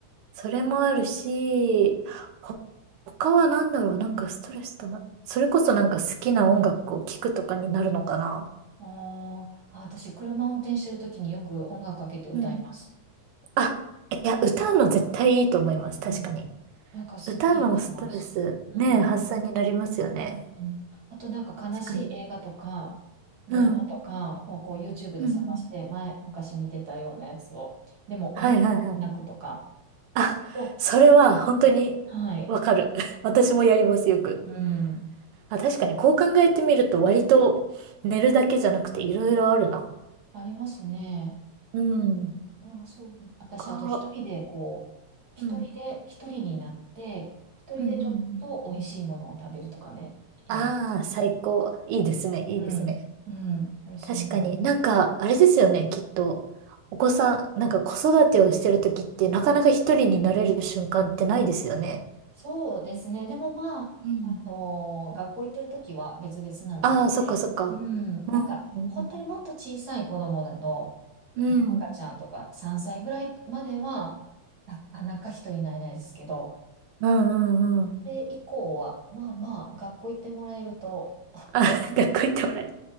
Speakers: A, on the right (about 75°); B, on the right (about 55°).
A: それもあるし、ほ他は何だろう。なんかストレスたま、それこそなんか好きな音楽を聴くとかになるのかな。
B: あーあ、私、車運転してるときによく音楽かけて歌います。
A: うん。あ、いや、歌うの絶対いいと思います。確かに。
B: うん。なんかすっきりします。
A: 歌のストレス、
B: うん。
A: ね、発散になりますよね。
B: うん。あと、なんか悲しい映画とか、
A: 確かに。
B: ドラマとかをこう
A: うん。
B: YouTube で探して、
A: うんうん。
B: 前、昔見てたようなやつを、でも、思い泣くとか、
A: はいはいはい。あ、
B: と、
A: それは本当にわかる。
B: あーって、はい。
A: <laughs> 私もやります、よく。
B: うん。
A: あ、確かに、こう考えてみると割と寝るだけじゃなくていろいろあるな。
B: ありますね。
A: うん。
B: ああ、そう。私、
A: こう、
B: あと一人でこう、一人で、
A: うん。
B: 一人になって、一人でちょっと美味しいものを食べるとかね、
A: うんうんうん。
B: やります。
A: ああ、最高。いいですね、いいですね。
B: うん。うん。美味しいものを食べる。
A: 確かに。なんか、あれですよね、きっと。お子さん、なんか子育てをしてるときってなかなか一人になれる瞬間ってないですよね。
B: そうですね。でもまあ、
A: うん。
B: あのー学校行ってる時は別々なので、
A: ああ、そっかそっか。
B: うん。なんか、
A: うん。
B: 本当にもっと小さい子供だと、
A: うん。
B: もう赤ちゃんとか3歳ぐらいまでは、なかなか一人になれないですけど、
A: うんうんうん。
B: それ以降は、まあまあ、学校行ってもらえると、
A: あ、<laughs> 学校行ってもらえる。